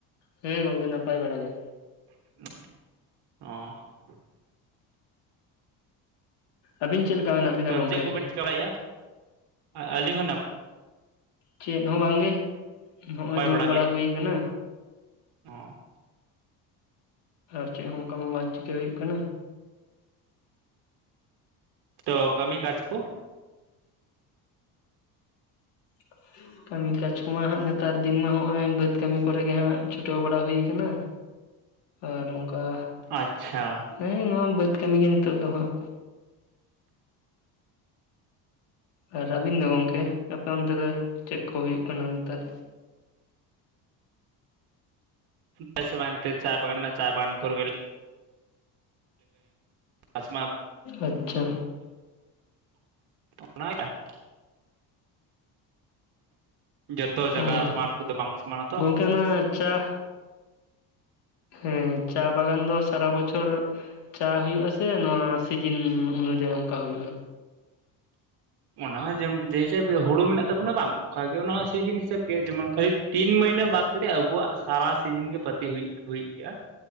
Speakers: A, on the left; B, on the right.
A: ᱦᱮᱸ ᱜᱚᱝᱠᱮ ᱱᱟᱯᱟᱭ ᱵᱟᱲᱟ ᱜᱮ᱾
B: ᱚ
A: ᱟᱹᱵᱤᱱ ᱪᱮᱫ ᱞᱮᱠᱟ ᱢᱮᱱᱟᱜ ᱵᱤᱱᱟ?
B: ᱛᱚ
A: ᱜᱚᱝᱠᱮ
B: ᱪᱮᱫ ᱠᱚᱵᱮᱱ ᱪᱤᱠᱟᱹ ᱵᱟᱲᱟᱭᱮᱫ-ᱟ, ᱟᱹᱞᱤᱧ ᱦᱚᱸ ᱱᱟᱯᱟᱭ,
A: ᱪᱮᱫ ᱦᱚᱸ ᱵᱟᱝ ᱜᱮ ᱱᱚᱜ-ᱚᱭ
B: ᱱᱟᱯᱟᱭ
A: ᱫᱩᱲᱩᱵ ᱵᱟᱲᱟ
B: ᱜᱮ
A: ᱦᱩᱭ ᱠᱟᱱᱟ᱾
B: ᱚ ᱾
A: ᱟᱨ ᱪᱮᱫ ᱦᱚᱸ ᱚᱱᱠᱟ ᱢᱟ ᱵᱟᱝ ᱪᱤᱠᱟᱹᱭ ᱦᱩᱭᱩᱜ ᱠᱟᱱᱟ᱾
B: ᱛᱚ ᱠᱟᱹᱢᱤ ᱠᱟᱪ ᱠᱚ
A: <unintelligible> ᱠᱟᱹᱢᱤ ᱠᱟᱡᱽ ᱠᱚᱢᱟ ᱦᱟᱸᱜ ᱱᱮᱛᱟᱨ ᱫᱤᱱ ᱢᱟ ᱱᱚᱜ-ᱚᱭ ᱵᱟᱹᱫᱽ ᱠᱟᱹᱢᱤ ᱠᱚᱨᱮᱜ ᱜᱮ ᱦᱟᱸᱜ ᱪᱷᱩᱴᱟᱹᱣ ᱵᱟᱲᱟ ᱦᱩᱭ ᱠᱟᱱᱟ᱾ ᱟᱨ ᱚᱱᱠᱟ
B: ᱟᱪᱪᱷᱟ᱾
A: ᱦᱮᱸ ᱱᱚᱣᱟ ᱵᱟᱹᱫᱽ ᱠᱟᱹᱢᱤ ᱜᱮ ᱱᱤᱛᱚᱜ ᱫᱚ ᱦᱟᱸᱜ᱾ ᱟᱨ ᱟᱹᱵᱤᱱ ᱫᱚ ᱜᱚᱝᱠᱮ ᱟᱯᱮ ᱚᱱᱛᱮ ᱫᱚ ᱪᱮᱫ ᱠᱚ ᱦᱩᱭᱩᱜ ᱠᱟᱱᱟ ᱱᱮᱛᱟᱨ?
B: <unintelligible> ᱪᱟᱭ ᱵᱟᱜᱟᱱ ᱪᱟᱭ ᱵᱟᱜᱟᱱ ᱠᱚ <unintelligible> ᱵᱟᱥ ᱢᱟ
A: ᱟᱪᱪᱷᱟ᱾
B: <unintelligible> ᱡᱚᱛᱚ
A: ᱚ
B: ᱡᱟᱭᱜᱟ ᱟᱥᱚᱢᱟᱱ ᱠᱚᱫᱚ ᱵᱟᱝ ᱥᱚᱢᱟᱱᱟ ᱛᱚ᱾
A: <inaudible> ᱦᱮᱸ ᱪᱟ ᱵᱟᱜᱟᱱ ᱫᱚ ᱥᱟᱨᱟ ᱵᱚᱪᱷᱚᱨ ᱪᱟ ᱦᱩᱭᱩᱜ-ᱟ ᱥᱮ ᱱᱚᱣᱟ ᱥᱤᱡᱤᱱ ᱚᱱᱩᱡᱟᱭᱤ ᱚᱱᱠᱟ ᱦᱩᱭᱩᱜ-ᱟ᱾
B: ᱚᱱᱟ ᱦᱚᱸ ᱡᱮᱢ ᱡᱮ ᱦᱤᱥᱟᱹᱵ ᱦᱩᱲᱩ ᱢᱮᱱᱟᱜ ᱛᱟᱵᱚᱱᱟ ᱵᱟᱝ ᱚᱱᱠᱟᱜᱮ ᱚᱱᱟ ᱦᱚᱸ ᱥᱤᱡᱤᱱ ᱦᱤᱥᱟᱹᱵ ᱜᱮ ᱡᱮᱢᱚᱱ ᱠᱷᱟᱹᱨᱤᱫ ᱛᱤᱱ ᱢᱟᱹᱦᱱᱟᱹ ᱵᱟᱫ <inaudible> ᱟᱵᱚᱣᱟᱜ ᱥᱟᱨᱟ ᱥᱤᱡᱤᱱ ᱜᱮ ᱯᱟᱹᱛᱤ ᱦᱩᱭ ᱜᱮᱭᱟ᱾